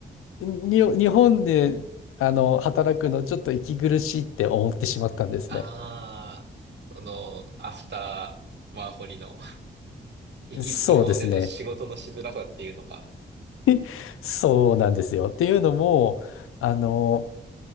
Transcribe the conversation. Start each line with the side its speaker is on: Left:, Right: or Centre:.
Left: に、日本で、あの、働くのちょっと息苦しいって思ってしまったんですね。
Right: ああ、その、アフターワーホリの、生き、
Left: そうですね。
Right: 日本での仕事のしづらさっていうのが。
Left: <laughs> そうなんですよ。っていうのも、あの、